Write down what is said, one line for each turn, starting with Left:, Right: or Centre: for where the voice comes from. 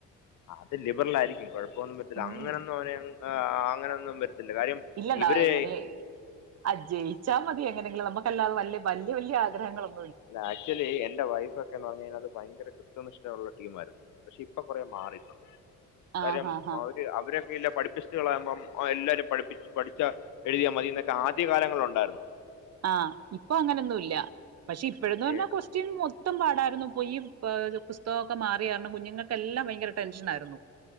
Left: അത് ലിബറലായിരിക്കും കൊഴപ്പമൊന്നും പത്തില്ല.
Right: ഉം
Left: അങ്ങനൊന്നും അവന് ഉം ആഹ് അങ്ങനൊന്നും പര്ത്തില്ല കാര്യം
Right: ഇല്ലല്ലാ
Left: ഇവര്
Right: എങ്ങനെ അഹ് ജയിച്ചാ മതി എങ്ങനെങ്കിലും നമക്കല്ലാതെ വല്ല് ബൽ ല്ല്യ വല്ല്യ ആഗ്രഹങ്ങളും
Left: അല്ല ആക്ച്വലി എന്റെ വൈഫ് ഒ ക്കെന്ന് പർഞ്ഞഴിഞ്ഞാല് ഭയങ്കര കൃത്യനിഷ്ഠയുള്ള ടീമായിരുന്നു. പക്ഷെ ഇപ്പൊ കൊറേ മാറിയിട്ടുണ്ട്. കാര്യം
Right: ആഹ് ആഹ് ആഹ്
Left: അവര് അവരൊക്കെ ഇല്ല പഠിപ്പി സ്‌റ്റുകളാകുമ്പം ഒ എല്ലാരും പഠിപ്പി പഠിച്ച എഴുതിയാ മതിന്നൊക്കെ ആദ്യ കാലങ്ങളിലൊണ്ടായിരുന്നു.
Right: ആഹ്, ഇപ്പൊ അങ്ങനൊന്നുല്ല. പക്ഷെ ഇപ്പഴന്ന് പർഞ്ഞാ
Left: ഏ,
Right: കൊസ് റ്റിം മൊത്തം പാടായിരുന്നു പൊയി പ പുസ്തകക്കെ മാറി കാരണം കുഞ്ഞുങ്ങക്കെല്ലാം ഭയങ്കര ടെൻഷനായിരുന്നു.